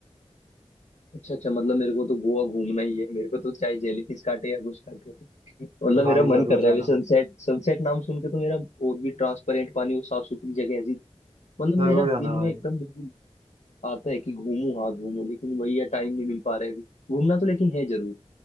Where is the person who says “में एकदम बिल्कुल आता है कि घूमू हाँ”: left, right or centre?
Left